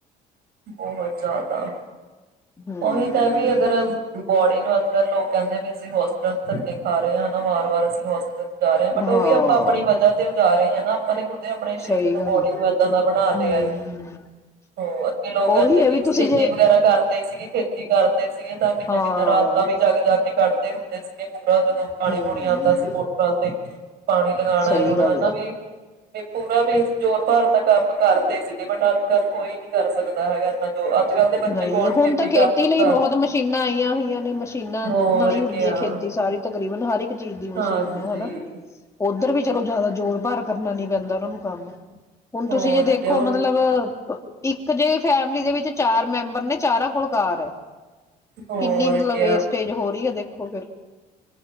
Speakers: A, on the right; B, on the left.
A: ਬਹੁਤ ਜ਼ਿਆਦਾ,
B: ਹਮ
A: ਉਹੀ ਤਾਂ ਵੀ ਅਗਰ ਬੋਡੀ ਨੂੰ ਅੱਜ ਕੱਲ੍ਹ ਲੋਕ ਕਹਿੰਦੇ ਵੀ ਅਸੀਂ ਹੋਸਪਿਟਲ ਧੱਕੇ ਖਾ ਰਹੇ ਹਾਂ। ਵੀ ਵਾਰ-ਵਾਰ ਅਸੀਂ ਹੌਸਪੀਟਲ ਜਾ ਰਹੇ ਆਂ ਬਟ ਉਹ
B: ਹਾਂ
A: ਵੀ ਆਪਾਂ ਆਪਣੀ ਵਜ੍ਹਾ ਤੇ ਜਾ ਰਹੇ ਆਂ। ਆਪਾਂ ਨੇ ਖੁਦੇ ਆਪਣੇ ਸਰੀਰ
B: ਸਹੀ
A: ਨੂੰ
B: ਗੱਲ
A: ਬੋਡੀ
B: ਹੈ
A: ਨੂੰ ਏਦਾਂ ਦਾ ਬਣਾ
B: ਹਮ
A: ਲਿਆ ਐ। ਹੋਰ ਲੋਕ ਇੰਨੇ
B: ਉਹੀ ਹੈ
A: ਮੀਨ
B: ਵੀ ਤੁਸੀਂ
A: ਖੇਤੀ
B: ਜੇ
A: ਵਗੈਰਾ ਕਰਦੇ ਸੀਗੇ, ਖੇਤੀ ਕਰਦੇ ਸੀਗੇ ਤਾਂ ਕਿੰਨਾ
B: ਹਾਂ
A: ਕਿੰਨਾ ਰਾਤਾਂ ਵੀ ਜਗ ਜਾ ਕੇ ਕੱਢਦੇ ਹੁੰਦੇ ਸੀਗੇ। ਪੂਰਾ ਜਦੋਂ ਪਾਣੀ
B: ਹਮ
A: ਪੂਣੀ ਆਂਦਾ ਸੀ ਮੋਟਰਾਂ ਤੇ, ਪਾਣੀ ਲਗਾਉਣਾ
B: ਸਹੀ
A: ਹੁਣ
B: ਗੱਲ
A: ਹਨਾ
B: ਆ
A: ਵੀ ਵੀ ਪੂਰਾ ਵੀ ਜ਼ੋਰ ਭਾਰ ਦਾ ਕੰਮ ਕਰਦੇ ਸੀਗੇ ਬਟ ਅੱਜ ਕੱਲ ਕੋਈ ਨੀ ਕਰ ਸਕ ਦਾ ਹੈਗਾ <unintelligible> ਦੇ ਬੱਚੇ
B: ਨਹੀਂ
A: ਕੌਣ
B: ਹੁਣ ਤਾਂ
A: ਕਰ
B: ਖੇਤੀ
A: ਲੂਗਾ।
B: ਲਈ ਬਹੁਤ ਮਸ਼ੀਨਾਂ ਆਈਆਂ ਹੋਈਆਂ ਨੇ, ਮਸ਼ੀਨਾਂ
A: ਹੋਰ
B: ਨਾਲ ਹੀ ਹੁੰਦੀ
A: ਕਿਆ
B: ਹੈ ਖੇਤੀ ਸਾਰੀ, ਤਕਰੀਬਨ ਹਰ ਇੱਕ ਚੀਜ਼ ਦੀ ਮਸ਼ੀਨ
A: ਹਾਂਜੀ
B: ਹਨਾ, ਉੱਧਰ ਵੀ ਚਲੋ ਜ਼ਿਆਦਾ ਜ਼ੋਰ ਭਾਰ ਕਰਨਾ ਨੀ <unintelligible> ਉਹਨਾਂ ਨੂੰ ਕੰਮ ਹੁਣ
A: ਹੋਰ
B: ਤੁਸੀਂ ਜੇ ਦੇਖੋ
A: ਕਿਆ ਹੁਣ
B: ਮਤਲਬ ਇੱਕ ਜੇ ਫੈਮਿਲੀ ਦੇ ਵਿੱਚ ਚਾਰ ਮੈਂਬਰ ਨੇ ਚਾਰਾਂ ਕੋਲ ਕਾਰ ਐ।
A: ਹੋਰ
B: ਕਿੰਨੀ ਮਤਲਬ
A: ਕਿਆ
B: ਵੇਸਟੇਜ ਹੋ ਰਹੀ ਹੈ ਦੇ। <unintelligible>